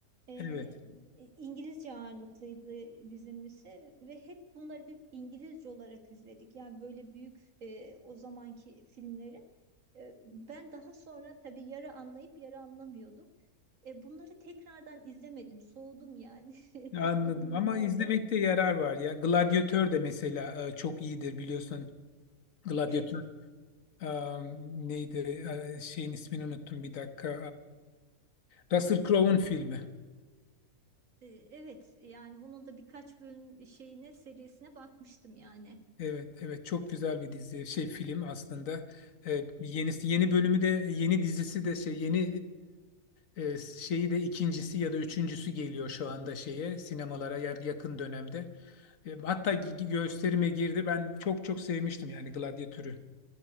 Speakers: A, on the right; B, on the left.
A: e,
B: Evet.
A: İngilizce ağırlıklıydı bizim lise ve hep bunları biz İngilizce olarak izledik. Yani böyle büyük e, o zamanki filmleri. E, ben daha sonra tabii yarı anlayıp yarı anlamıyorduk. E, bunları tekrardan izlemedim, soğudum yani <laughs>
B: Anladım
A: o filmlerden.
B: ama izlemekte yarar var ya. Gladyatör de mesela e, çok iyidir biliyorsun. Gladyatör
A: Evet,
B: e, neydi E, şeyin ismini unuttum bir dakika. E, Russell Crowe'un filmi.
A: e, evet yani onun da birkaç bölüm şeyine serisine bakmıştım yani.
B: Evet evet çok güzel bir dizi şey film aslında. E, yenisi yeni bölümü de yeni dizisi de şey yeni e, e, şeyi de ikincisi ya da üçüncüsü geliyor şu anda şeye sinemalara ya- yakın dönemde. E, hatta gi- gösterime girdi. Ben çok çok sevmiştim yani Gladyatör'ü.